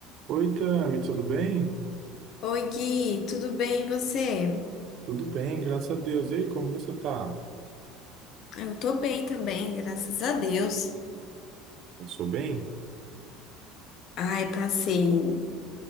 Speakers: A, on the right; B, on the left.
A: Oi, Tami, tudo bem?
B: Oi, Gui, tudo bem e você?
A: Tudo bem, graças a Deus. E aí, como você tá?
B: Eu tô bem também, graças a Deus.
A: Passou bem?
B: Ai, passei.